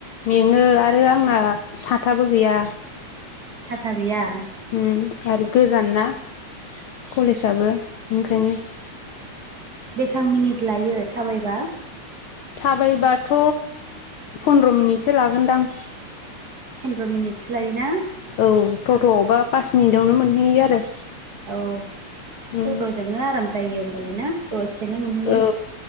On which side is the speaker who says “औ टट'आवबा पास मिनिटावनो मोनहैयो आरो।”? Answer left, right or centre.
Left